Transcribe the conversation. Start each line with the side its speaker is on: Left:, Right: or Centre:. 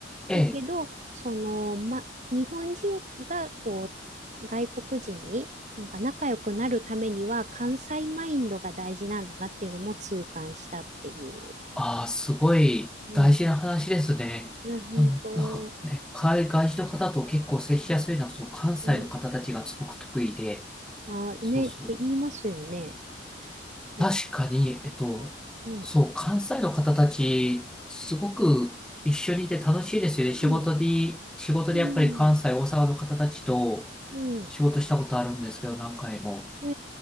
Centre: ええ、
Right: だけど、
Centre: ええ。ええ
Right: その、ま、日本人がこう外国人になんか仲良くなるためには関西マインドが大事なんだなっていうのも痛感したっていう。
Centre: ああ、すごい大事な話ですね。
Right: うん。いや、本当、
Centre: あの、なんかね、海外人の方と結構接しやすいのは、その関西の方たちがすごく得意で、
Right: うん。あ、ね、
Centre: そうそう。
Right: って言いますよね。そう
Centre: 確かに、えっと、
Right: そう。うん。
Centre: そう、関西の方たち、すごく一緒にいて楽しいですよね。
Right: うん。
Centre: 仕事で、仕事でやっぱり関西、
Right: うん。
Centre: 大阪の方たちと
Right: うん。
Centre: 仕事したことあるんですけど、何回も。
Right: え